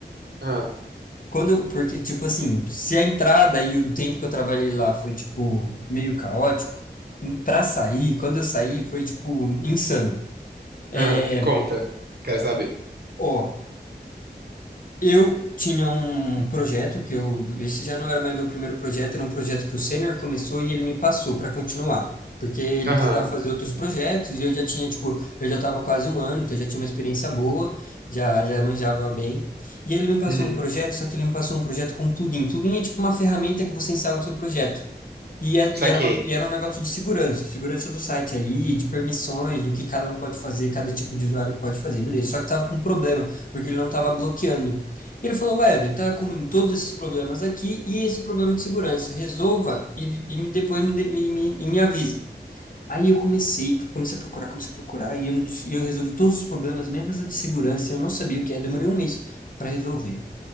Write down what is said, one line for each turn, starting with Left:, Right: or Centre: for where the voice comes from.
Right: Aham,
Left: Quando, porque, tipo assim, se a entrada e o tempo que eu trabalhei lá foi, tipo, meio caótico, pra sair, quando eu saí, foi, tipo, insano. É,
Right: aham, conta. Quero saber.
Left: ó, Eu tinha um projeto que eu, esse já não era mais meu primeiro projeto, era um projeto que o sênior começou e ele me passou para continuar, porque ele
Right: Aham,
Left: precisava fazer outros projetos e eu já tinha, tipo, eu já estava quase um ano, então eu já tinha uma experiência boa, já já manjava bem. E ele me passou
Right: uhum,
Left: um projeto, só que ele me passou um projeto com plugin. Plugin é tipo uma ferramenta que você instala no seu projeto. E, é-
Right: saquei.
Left: e era uma, e era um negócio de segurança, segurança do site ali, de permissões, do que cada um pode fazer, cada tipo de usuário que pode fazer, beleza. Só que tava com um problema, porque ele não tava bloqueando. ele falou, Wesley, tá com todos esses problemas aqui e esse problema de segurança, resolva e, e me, depois me, de- e me, e me avisa. Aí eu comecei, comecei a procurar, comecei a procurar, e eu, não, dis- e eu resolvi todos os problemas, menos o de segurança, e eu não sabia o que é, demorei um mês para resolver.